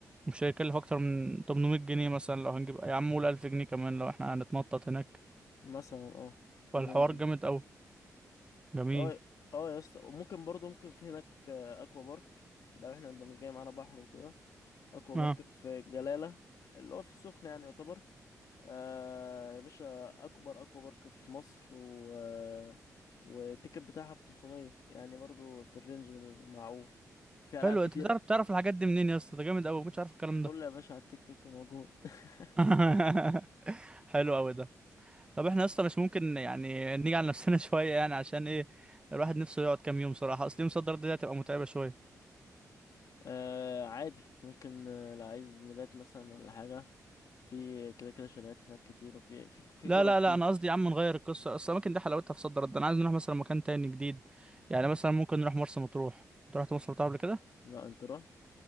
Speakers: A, on the right; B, on the left.
A: ومش هيكلف اكتر من 800 جنيه مثلا لو هنجيب يا عم قول 1000 جنيه كمان لو احنا هنتنطط هناك
B: مثلا اه في
A: فالحوار
B: الرينج ده.
A: جامد قوي جميل
B: اه اه يا اسطى وممكن برضو ممكن في هناك آه، اكوا بارك لو احنا ده مش جاي معانا بحر وكده اكوا
A: اه
B: بارك في جلالة اللي هو في السخنة يعني يعتبر آه يا باشا اكبر اكوا بارك في مصر و آه، والتيكت بتاعها ب 500 يعني برضو في الرينج المعقول في
A: حلو
B: العاب كتير
A: انت بتعرف تعرف الحاجات دي منين يا اسطى ده جامد قوي ما كنتش عارف الكلام
B: كله
A: ده
B: يا باشا على التيك توك موجود <laughs>
A: <laughs> حلو قوي ده طب احنا اصلا مش ممكن يعني نيجي على نفسنا <laughs> شويه يعني عشان ايه الواحد نفسه يقعد كام يوم صراحه اصل يوم صدر دي هتبقى متعبه شويه
B: آه عادي ممكن آه، لو عايز نبات مثلا ولا حاجه في كده كده شاليهات هناك كتير وفي في في
A: لا
B: كوره
A: لا
B: كتير
A: لا انا قصدي يا عم نغير القصه اصل الاماكن دي حلاوتها في صد رد انا عايز نروح مثلا مكان تاني جديد يعني مثلا ممكن نروح مرسى مطروح انت رحت مرسى مطروح قبل كده
B: لا انت رحت